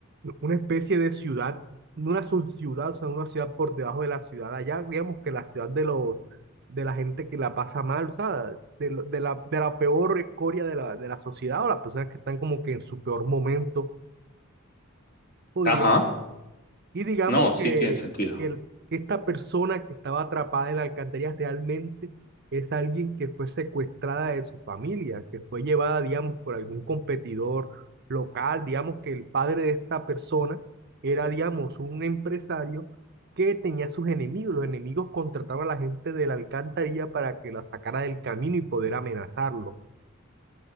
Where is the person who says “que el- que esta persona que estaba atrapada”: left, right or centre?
Right